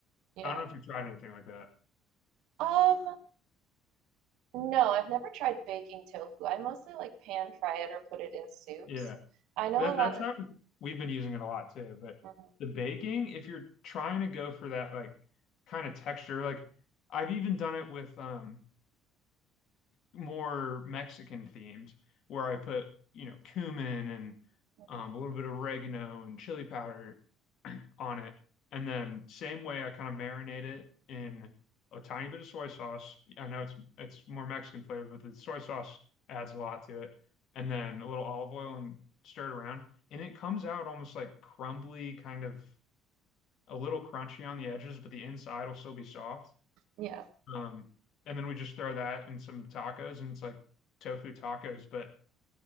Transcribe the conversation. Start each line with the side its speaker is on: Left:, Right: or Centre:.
Right: Yeah.
Left: I don't know if you've tried anything like that.
Right: Um, No, I've never tried baking tofu. I mostly like pan fry it or put it in soups.
Left: Yeah.
Right: I know
Left: That
Right: a lot
Left: that's
Right: of,
Left: how we've been using it a lot too. But
Right: mhm,
Left: the baking, if you're trying to go for that like kind of texture, like I've even done it with um more Mexican themed where I put, you know, cumin and
Right: mhm.
Left: um, a little bit of oregano and chili powder <clears throat> on it. And then same way I kind of marinate it in a tiny bit of soy sauce. I know it's it's more Mexican flavor, but the soy sauce adds a lot to it. And then a little olive oil and stir it around. And it comes out almost like crumbly, kind of a little crunchy on the edges, but the inside will still be soft.
Right: yeah.
Left: Um, and then we just throw that in some tacos, and it's like tofu tacos, but